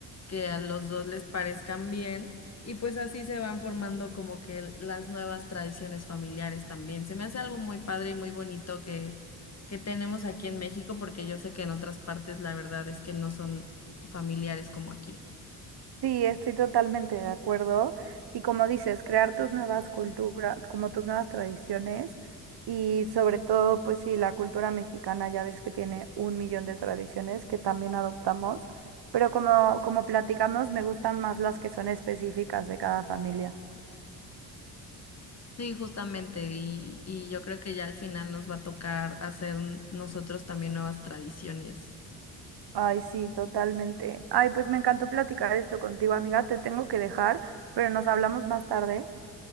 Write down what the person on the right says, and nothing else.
Sí, estoy totalmente de acuerdo. Y como dices, crear tus nuevas culturas, como tus nuevas tradiciones y sobre todo, pues sí, la cultura mexicana ya ves que tiene un millón de tradiciones que también adoptamos, pero como, como platicamos, me gustan más las que son específicas de cada familia.
Ay, sí, totalmente. Ay, pues me encantó platicar esto contigo, amiga. Te tengo que dejar, pero nos hablamos más tarde.